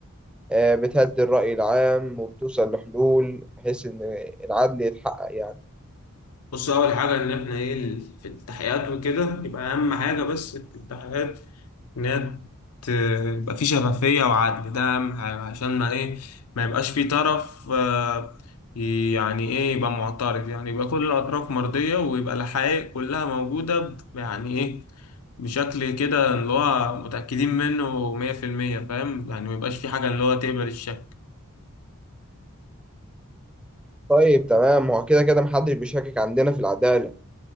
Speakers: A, in the centre; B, on the left.
A: آه، بتهدي الرأي العام وبتوصل لحلول بحيث إن العدل يتحقق يعني
B: بص اول حاجه ان احنا ايه ال- في التحقيقات وكده يبقى اهم حاجه بس في التحقيقات ان هي ت- يبقى في شفافيه وعدل ده اهم حاجه عشان ما ايه ما يبقاش في طرف آه، ي- يعني ايه يبقى معترض يعني يبقى كل الاطراف مرضيه ويبقى الحقائق كلها موجوده ب- يعني ايه بشكل كده اللي هو متاكدين منه 100% فاهم يعني ما يبقاش في حاجه اللي هو تقبل الشك
A: طيب تمام هو كده كده محدش بيشكك عندنا في العدالة